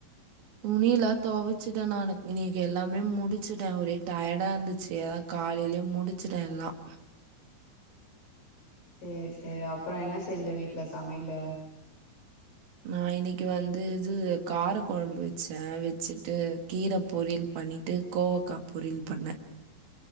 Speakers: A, on the right (about 60°); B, on the left (about 45°).
A: துணியிலா தொவச்சுட்ட நானு இன்னிக்கு எல்லாமே முடிச்சுட்ட ஒரே டயர்டா இருந்துச்சு அ காலையிலே முடிச்சிட்டேன் எல்லாம்
B: சேர் சேர் அப்பறோ என்ன செஞ்ச வீட்ல சமையலு
A: நான் இன்னிக்கு வந்து இது கார குழம்பு வச்சேன் வச்சுட்டு கீர பொரியல் பண்ணிட்டு கோவக்கா பொரில் பண்ண